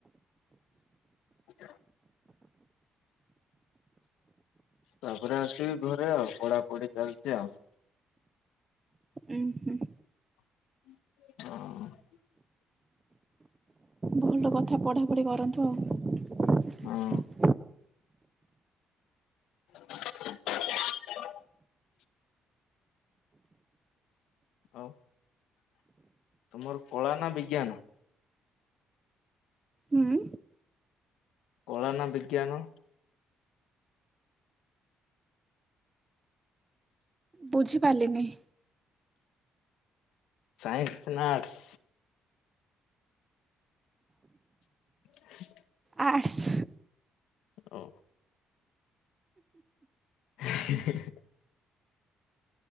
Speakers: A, on the left; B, on the right.
A: <inaudible> ତାପରେ ଆସିବି ଘରେ ଆଉ ପଢା ପଢି ଚାଲିଚି ଆଉ।
B: ଉୁଁ ହୁଁ।
A: ହଁ।
B: ଭଲ କଥା ପଢ଼ାପଢ଼ି କରନ୍ତୁ ଆଉ।
A: ହଁ <inaudible> ଆଉ? ତମର ପଳା ନା ବିଜ୍ଞାନ?
B: ହୁଁ
A: କଳା ନା ବିଜ୍ଞାନ?
B: ବୁଝିପାରିଲିନି?
A: ସାଇନ୍ସ ନା ଆର୍ଟସ? <inaudible>
B: ଆର୍ଟସ।
A: ଓ। ହିଁଇ ହି।